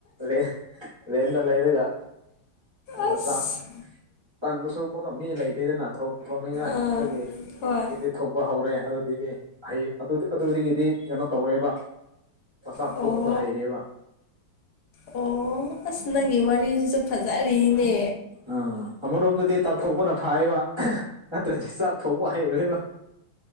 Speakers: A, on the right; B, on the left.
A: ꯔꯦ ꯔꯦꯟꯗꯂꯩꯔꯒ ꯑꯃꯨꯛꯀ
B: ꯑꯁ
A: ꯆꯥꯛ ꯇꯟꯕꯁꯨ ꯑꯃꯨꯛꯀ ꯃꯤ ꯂꯩꯇꯦꯗꯅ ꯊꯣ- ꯊꯣꯡꯅꯤꯡꯉꯥꯏ
B: ꯑꯥ
A: ꯑꯗꯨꯗꯒꯤ
B: ꯍꯣꯏ
A: ꯑꯗꯨꯒꯤ ꯫ ꯊꯣꯛꯄ ꯍꯧꯔꯦ ꯑꯗꯨꯗꯤ ꯍꯩ ꯑꯗꯨꯗꯒꯤꯗꯤ ꯀꯩꯅꯣ ꯇꯧꯔꯦꯕ ꯃꯆꯥꯛ
B: ꯑꯣ꯫
A: ꯊꯣꯡꯕꯗꯣ ꯍꯩꯔꯦꯕ
B: ꯑꯣ ꯑꯁ ꯅꯪꯒꯤ ꯋꯥꯔꯤꯁꯤꯁꯨ ꯐꯖꯔꯤꯅꯦ꯫
A: ꯑꯥ ꯑꯃꯔꯣꯝꯗꯗꯤ ꯇꯥꯟꯊꯣꯛꯄꯅ ꯐꯥꯏꯕ ꯅꯠꯇ꯭ꯔꯗꯤ ꯆꯥꯛ ꯊꯣꯡꯕ ꯍꯩꯔꯣꯏꯕ